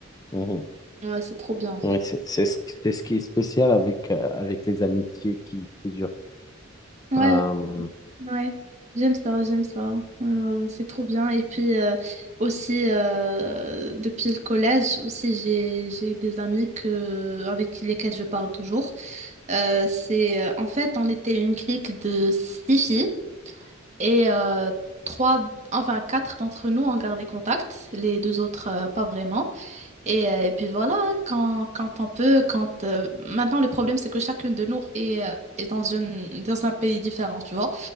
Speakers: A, on the left (about 20°); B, on the right (about 35°).
A: Mhm.
B: Ouais, c'est trop bien en fait.
A: Ouais, c'est c'est ce, c'est ce qui est spécial avec, euh, avec les amitiés qui, qui durent.
B: Ouais,
A: Euh...
B: Ouais, j'aime ça, j'aime ça. Euh, c'est trop bien. Et puis euh, aussi euh, depuis le collège aussi j'ai j'ai des amis que avec lesquels je parle toujours. Euh, c'est euh, en fait on était une clique de six filles et euh, trois enfin quatre d'entre nous ont gardé contact, les deux autres euh, pas vraiment. Et, euh, et puis voilà quand quand on peut quand euh, maintenant le problème c'est que chacune de nous est, euh, est dans une dans un pays différent, tu vois.